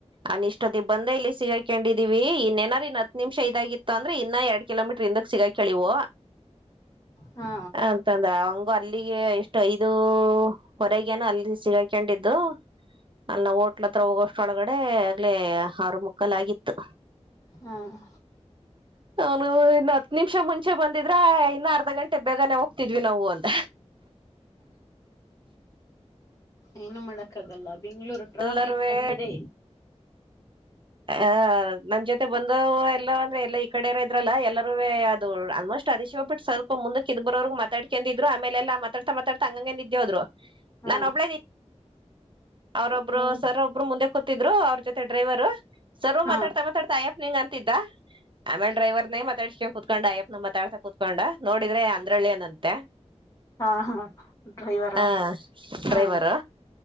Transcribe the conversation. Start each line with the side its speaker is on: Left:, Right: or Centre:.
Right: ಅನ್ ಇಷ್ಟೊತ್ತಿಗೆ ಬಂದ ಇಲ್ಲಿ ಸಿಗಾಕೊಂಡಿದೀವಿ ಇನ್ನ್ನೆನಾರ ಇನ್ ಹತ್ತು ನಿಮಿಷ ಇದಾಗಿತ್ತು ಅಂದ್ರೆ ಇನ್ನ ಎರಡ್ ಕಿಲೋಮೀಟರ್ ಇಂದ. ಸಿಗ ಕಳವು
Left: ಹಾ
Right: ಅಂತಂದ ಅವ. ಅಲ್ಲಿಗೆ ಎಷ್ಟು ಐದು ಹೊರೆಗೇನು ಅಲ್ಲಿ ಸಿಗಾಕೊಂಡಿದ್ದು. ಅಲ್ಲ ಹೋಟ್ಲತ್ರ ಹೋಗೋಷ್ಟೊಳಗಡೆ ಆಗ್ಲೇ ಆರು ಮಕ್ಕಲ್ ಆಗಿತ್ತು.
Left: ಹ್ಮ.
Right: ಅವನು ಇನ್ ಹತ್ತು ನಿಮಿಷ ಮುಂಚೆ ಬಂದಿದ್ರೆ ಇನ್ನ ಅರ್ಧ ಗಂಟೆ ಬೇಗನೆ ಹೋಗ. ಿದ್ವಿ ನಾವು ಅಂತ.
Left: ಏನು ಮಾಡಕ್ಕಾಗಲ್ಲ ಬೆಂಗ್ಳೂರು ಟ್ರಾಫಿಕ್
Right: ಎಲ್ಲರುವೆ
Left: ಹಂಗಿದೆ.
Right: ಹ ನಮ್ ಜೊತೆ ಬಂದ ಎಲ್ಲ ಅಂದ್ರೆ ಎಲ್ಲ ಈ ಕಡೆಾರ ಇದ್ರಲ್ಲ ಎಲ್ಲರೂ ಅದು ಆಲ್ಮೋಸ್ಟ್. ಅಷ್ಟ ಅದ ಹೋಗ ಬಿಟ್ಟ ಸ್ವಲ್ಪ ಮುಕ್ಕೆ ಇದ್ ಬೋವರು ಮಾತಾಡ್ಕೊಂಡ ಇದ್ ಆಮೇಲೆಲ್ಲಾ ಮಾತಾತಾ ಹಂಗಂದ ಇದೇವ್ರು.
Left: ಹಾ
Right: ನಾನು ಒಬ್ಳೇ್ದೀನಿ. ಅವ್ರೊಬ್ರು
Left: ನೀನ್
Right: ಸರ್ ಒಬ್ರು ಮುಂದೆ ಕೂತಿದ್ರು ಅವ್ರ ಜೊತೆ ಡ್ರೈವರ್. ಸರು
Left: ಹಾ
Right: ಮಾತಾಡ್ತಾ ಮಾತಾಡ್ತಾ ಅಯ್ಯಪ್ ನಿಂಗ ಅಂತಿದ್ದ. ಆಮೇಲೆ ಡ್ರೈವರ್ನೆ ಮಾತಾಡ್ಸಕ ಕುತ್ಕೊಂಡ್ ಅ್ಯಪ್ಪನ ಮಾತಾಡ್ತಾ ಕುೂತ್ಕೊಂಡ ನೋಡುದ್ರೆ ಅಂದ್ರಳ್ಳಿ ಅವನಂತೆ.
Left: ಹಾ ಹಾ ಡ್ರೈವರಾ
Right: ಹ
Left: ಹಾ
Right: ಡ್ರೈವರು.